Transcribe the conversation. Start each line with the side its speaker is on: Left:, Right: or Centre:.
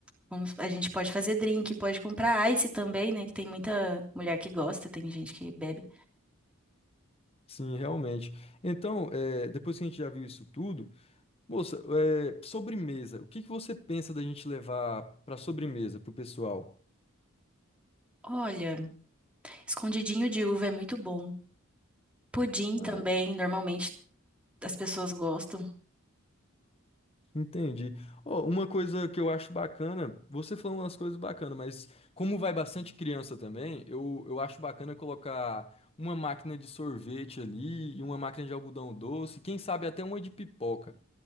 Centre: Vamos- a gente pode fazer drink, pode comprar ice também, né? Que tem muita mulher que gosta, tem gente que bebe.
Left: Sim, realmente. Então, é, depois que a gente já viu isso tudo, moça, é, sobremesa. O que que você pensa da gente levar para sobremesa pro pessoal?
Centre: Olha, escondidinho de uva é muito bom. Pudim
Left: Ah,
Centre: também,
Left: é,
Centre: normalmente as pessoas gostam.
Left: entendi. Ó, uma coisa que eu acho bacana, você falou umas coisas bacanas, mas como vai bastante criança também, eu, eu acho bacana colocar uma máquina de sorvete ali e uma máquina de algodão doce, quem sabe até uma de pipoca.